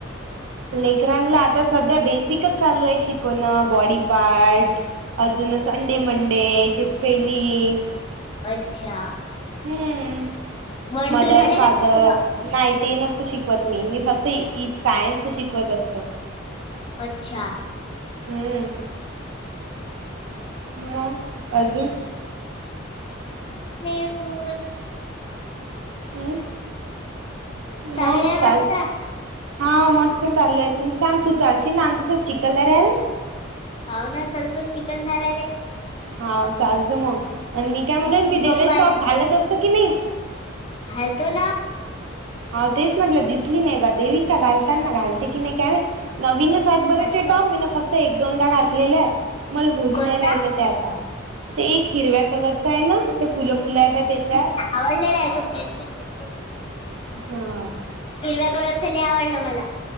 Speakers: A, on the right (about 80°); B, on the left (about 25°).
A: लेकरनला आता सध्या बेसिकच चालू आहे शिकवणं बॉडी पार्टस. अजून संडे मंडे ची स्पेलिंग.
B: अच्छा!
A: हम्म,
B: वन
A: मदर
B: टू झाले
A: फादर
B: का शिकवण
A: नाही ते नसत शिकवत मी फक्त सायन्स शिकवत असतो.
B: अच्छा!
A: हम्म मग. अजून.
B: मे जून.
A: हम्
B: चालू
A: मग
B: आहे
A: चाल
B: मस्त
A: हा मस्त चालू आहे तू सांग तू चालशील ना आम तसच च कलर आहेल.
B: होव ना लतून चिकन धरले.
A: हा चालच मग आणि मी काय म्हणेल
B: मम्मी
A: मी दिलेले
B: पप्पा
A: टॉप घालत असत की नाही.
B: ह तो ना.
A: हा तेच म्हटलं दिसली नाही बा देवी का घालताना घालते की नाही काय माहित. नवीनच आ बर
B: घालतो
A: टॉम मी ना फक्त एक दोनदा घातलेल्या आहेत. मला होऊन
B: कोणता
A: नाही राहिले ते आता. ते एक हिरव्या कलरच आहे ना, ते फुलं फुलं आहे पाय त्याच्यात
B: आडलेला हाय त्यो
A: हा.
B: हिरव्या कलर ची लई आवडलं मला